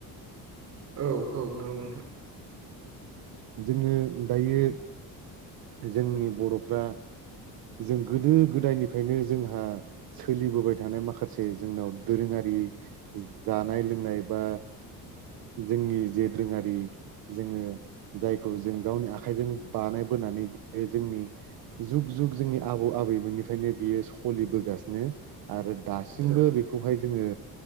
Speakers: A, on the right; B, on the right.
A: औ औ नंगौ नोंथां।
B: जोङो दायो जोंनि बर'फ्रा जों गोदो गोदायनिफ्रायनो जोंहा सोलिबोबाय थानाय माखासे जोंनाव दोरोङारि जानाय लोंनाय बा जोंनि जे दोरोङारि जोङो जायखौ जों गावनि आखाइजों बानायबोनानै बेयो जोंनि जुग जुग जोंनि आबौ आबैमोननिफ्रायनो बियो सलिबोगासिनो। आरो दासिमबो
A: औ
B: बेखौहाय जोङो